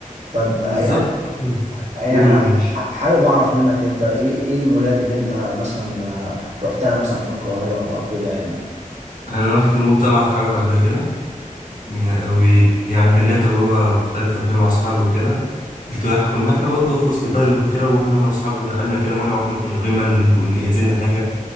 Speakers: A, on the right; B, on the left.
A: طب آه،
B: بالظبط
A: يعني يعني
B: قول
A: أنا ح-
B: ماشي
A: حابب أعرف منك أنت إيه إيه المولات اللي أنت مثلا آه، رحتها مثلا في القاهرة أو كده يعني
B: انا رحت مول طلعت حرب قبل كده يعني يعني كان ليا تجربه مختلفه فيها مع اصحابي وكده كنت رايح كنا احنا برضه في وسط البلد وكده واحنا انا واصحابي دخلنا كده مره واحده من غير ما نكون جاهزين لحاجه